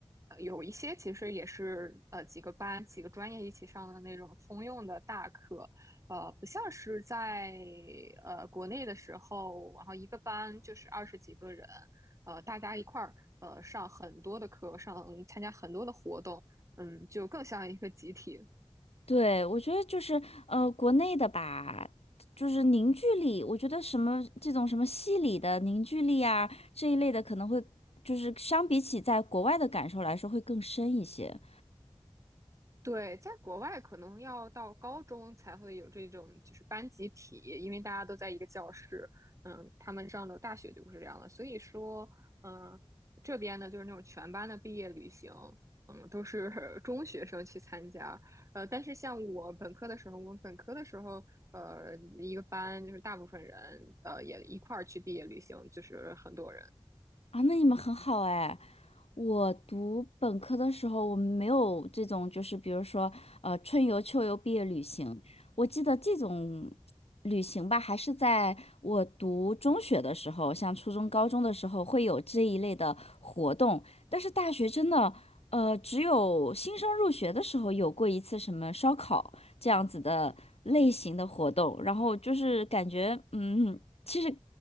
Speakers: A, on the right (about 30°); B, on the left (about 70°).
A: 呃有一些其实也是呃几个班几个专业一起上的那种通用的大课，呃不像是在呃国内的时候，然后一个班就是二十几个人，呃大家一块儿呃上很多的课，上参加很多的活动。嗯，就更像一个集体。
B: 对，我觉得就是呃，国内的吧，就是凝聚力，我觉得什么这种什么戏里的凝聚力啊这一类的，可能会就是相比起在国外的感受来说会更深一些
A: 对，在国外可能要到高中才会有这种就是班集体，因为大家都在一个教室。嗯，他们上的大学就不是这样的，所以说，嗯，这边呢就是那种全班的毕业旅行，嗯，都是 <laughs> 中学生去参加。呃，但是像我本科的时候，我们本科的时候，呃，一个班就是大部分人，呃，也一块儿去毕业旅行，就是很多人。
B: 啊。那你们很好哎、我读本科的时候，我们没有这种，就是比如说，呃，春游、秋游、毕业旅行。我记得这种旅行吧，还是在我读中学的时候，像初中、高中的时候会有这一类的活动。但是大学真的，呃，只有新生入学的时候有过一次什么烧烤这样子的类型的活动，然后就是感觉，嗯，其实